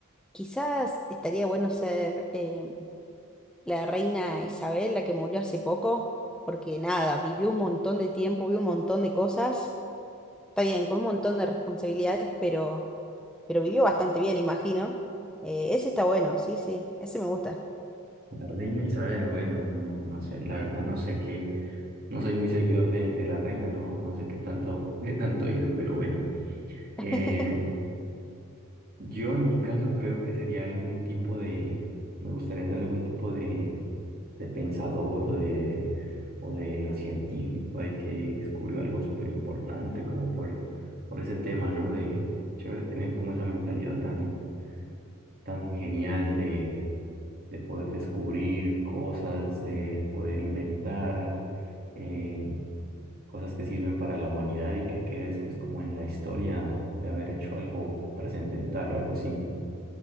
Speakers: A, in the centre; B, on the right.
A: Quizás estaría bueno ser eh, la reina Isabel, la que murió hace poco, porque nada, vivió un montón de tiempo, vivió un montón de cosas. Está bien, con un montón de responsabilidades, pero, pero vivió bastante bien, imagino. Eh, ese está bueno, sí, sí, ese me gusta.
B: La reina Isabel, bueno, no, no, no sé, la verdad no sé qué, no soy muy seguidor de, de la reina, no, no sé qué tanto, <laughs> qué tanto hizo, pero bueno. eh,
A: <laughs>
B: Yo en mi caso creo que sería algún tipo de, me gustaría ser algún tipo de, de pensador o de, o de científico ahí que descubrió algo súper importante como por, por ese tema, ¿no? De chévere tener como esa mentalidad tan, tan genial de, de poder descubrir cosas, de poder inventar eh, cosas que sirven para la humanidad y que quede después como en la historia de haber hecho algo trascendental o algo así.